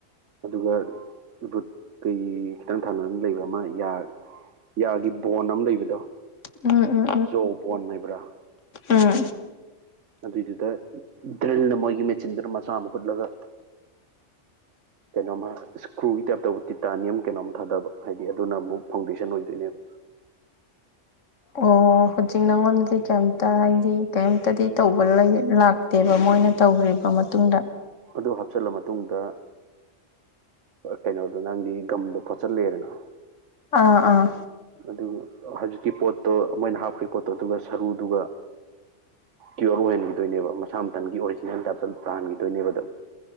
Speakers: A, on the right; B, on the left.
A: ꯑꯗꯨꯒ ꯔꯨꯠ ꯀꯩ ꯈꯤꯇꯪ ꯊꯪꯅꯅ ꯂꯩꯕ ꯑꯃ ꯌꯥ ꯌꯥꯒꯤ ꯕꯣꯟ ꯑꯃ ꯂꯩꯕꯗꯣ
B: ꯎꯝ ꯎꯝ
A: ꯖꯣ ꯕꯣꯟ ꯍꯥꯏꯕ꯭ꯔꯥ
B: ꯎꯝ
A: ꯑꯗꯨꯏꯗꯨꯗ ꯗ꯭ꯔꯤꯜꯅ ꯃꯣꯏꯒꯤ ꯃꯦꯆꯤꯟꯗꯨꯅ ꯃꯆꯥ ꯑꯃ ꯍꯨꯠꯂꯒ ꯀꯩꯅꯣꯝꯃ ꯏꯁꯀ꯭ꯔꯨꯒꯤ ꯇꯥꯞꯇꯕꯨ ꯇꯤꯇꯥꯅꯤꯌꯝ ꯀꯩꯅꯣꯝ ꯊꯥꯗꯕ ꯍꯥꯏꯗꯤ ꯑꯗꯨꯅ ꯑꯃꯨꯛ ꯐꯥꯎꯟꯗꯦꯁꯟ ꯑꯣꯏꯗꯣꯏꯅꯦꯕ
B: ꯑꯣ ꯍꯧꯖꯤꯛ ꯅꯪꯉꯣꯟꯗꯗꯤ ꯀꯩꯝꯇ ꯍꯥꯏꯗꯤ ꯀꯩꯝꯇꯗꯤ ꯇꯧꯕ ꯂꯩ ꯂꯥꯛ ꯅꯠꯇꯦꯕ ꯃꯣꯏꯅ ꯇꯧꯈꯕ ꯃꯇꯨꯡꯗ
A: ꯑꯗꯨ ꯍꯥꯞꯆꯤꯜꯂ ꯃꯇꯨꯡꯗ ꯀꯩꯅꯣꯗꯣ ꯅꯪꯗꯤ ꯒꯝꯗꯣ ꯈꯣꯠꯆꯜꯂꯦꯗꯅ
B: ꯑꯥ ꯑꯥ
A: ꯑꯗꯨ ꯍꯧꯖꯤꯛꯀꯤ ꯄꯣꯠꯇꯣ ꯃꯣꯏꯅ ꯍꯥꯞꯈ꯭ꯔꯤ ꯄꯣꯠꯇꯣ ꯑꯗꯨꯒ ꯁꯔꯨꯗꯨꯒ ꯀ꯭ꯌꯣꯔꯔ ꯑꯣꯏꯍꯟꯈꯤꯗꯣꯏꯅꯦꯕ ꯃꯁꯥ ꯃꯇꯊꯟꯒꯤ ꯑꯣꯔꯤꯖꯤꯅꯦꯜ ꯇꯥꯏꯞꯇ ꯑꯗꯨ ꯇꯥꯍꯟꯈꯤꯗꯣꯏꯅꯦꯕꯗ